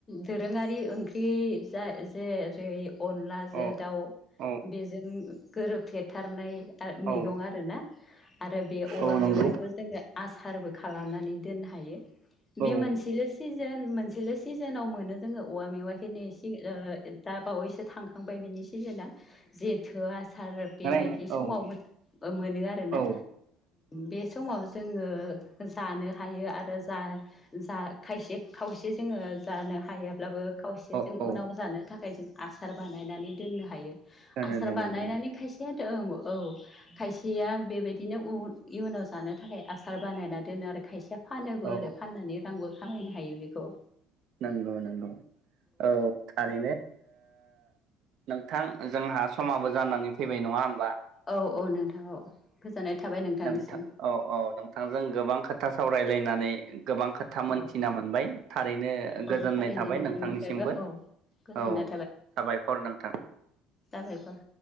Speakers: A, on the left; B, on the right.
A: दोरोङारि ओंख्रि जेरै अ लाजों
B: औ
A: दाउ
B: औ
A: बेजों गोरोबफेथारनाय मैगं
B: औ
A: आरोना आरो बे औवा
B: औ नंगौ
A: मेवाइखौ जोङो आसारबो खालामनानै दोननो हायो बे
B: औ
A: मोनसेल' सिजोन मोनसेल' सिजोनाव मोनो जोङो औवा मेवाखिनि ओ दा बावैसो थांखांबाय बिनि सिजोना जेथो आसार
B: औ
A: बेबायदि समावबो
B: औ
A: मोनो आरो ना
B: औ
A: बे समाव जोङो जानो हायो आरो जा जा खायसे खावसे जोङो जानो हायाब्लाबो खावसे
B: औ
A: जों
B: औ
A: उनाव जानो थाखाय जों आसार बानायनानै दोननो हायो
B: दोनो
A: आसार
B: दोनो
A: बानायनानै
B: दोनो
A: खायसेयाथ औ औ खायसेया बेबायदिनो इयुनाव जानो थाखाय आसार बानायना दोनो आरो खायसेया फानोबो
B: औ
A: आरो फाननानै रांबो खामायनो हायो बेखौ
B: नंगौ नंगौ औ थारैनो नोंथां जोंहा समाबो जानानै फैबाय नङा होमबा
A: औ औ नोंथां औ गोजोननाय थाबाय नोंथांनिसिम
B: नोंथां औ औ नोंथांजों गोबां खोथा सावरायलायनानै गोबां खोथा मोनथिना
A: औ
B: मोनबाय थारैनो ओ
A: औ
B: गोजोननाय
A: थारैनो
B: थाबाय
A: नोंथांनिफ्रायबो
B: नोंथांनिसिमबो
A: औ गोजोननाय
B: औ साबायखर नोंथां
A: दा बेफोर